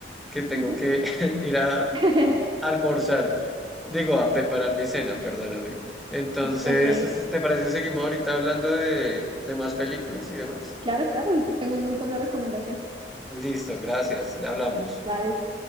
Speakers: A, in the centre; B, on the right.
A: Que tengo
B: ujú.
A: que <laughs> ir a
B: <laughs>
A: almorzar. Digo, a preparar mi cena, perdóname. Entonces,
B: Ok.
A: ¿te parece si seguimos ahorita hablando de, de más películas y demás?
B: Claro, claro, tengo un montón de recomendaciones.
A: Listo, gracias. Ya hablamos.
B: Vale,